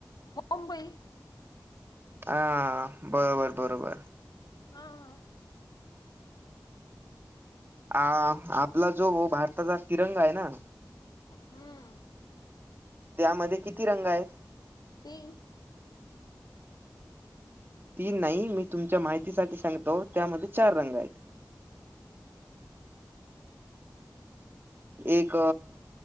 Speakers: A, on the left (about 60°); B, on the right (about 30°).
A: मुंबई
B: हां बरोबर बरोबर
A: हां
B: अं आपलां जो भारतांचा तिरंगा आहे नां
A: हम्मं
B: त्यांमध्ये किती रंग आहेतं
A: तीनं
B: तीनं नाहीं मी तुमच्यां माहितीसांठी सांगतो त्यांमध्ये चार रंग आहेतं एक